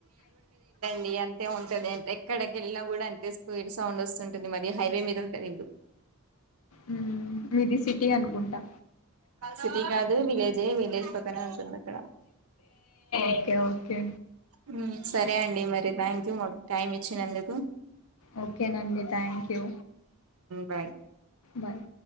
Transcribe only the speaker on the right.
డి అంతే ఉంటది అంత ఎక్కడకి వెళ్ళినా కూడా అంతే <unintelligible> సౌండ్ వస్తుంటది మాది హైవే మీద ఉంటది ఇండ్లు
సిటీ కాదు విలేజే విలేజ్ పక్కనే ఉంటుంది అక్కడ
మ్మ్ సరే అండి మరి థ్యాంక్ యూ మాకు టైమ్ ఇచ్చినందుకు
బాయ్